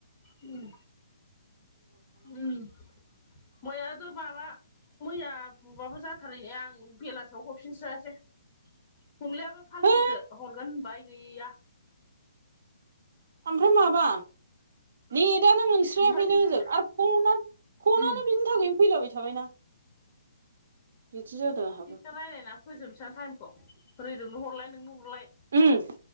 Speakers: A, on the left; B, on the right.
A: उम ओम मैयाथ' बाबा मैया बुबाबो जाथारै ने आं बेलासियाव हरफिनस्रायासै हंलायाबो फाल्थुसो
B: है
A: हरगोन होनबाय गैया
B: ओमफ्राय माबा नेटानो मोनस्रोयाखैनो
A: ओमफ्राय नोंसोर
B: ओजों आरो फनआ फननानो
A: उम
B: बिनि थाखायनो फैलाबाय थाबायना बिदि जादों आंहाबो
A: <unintelligible> फोजोबनोसां टाइमखौ रैरफनो हरलाय नोंनो हरलाय
B: ओम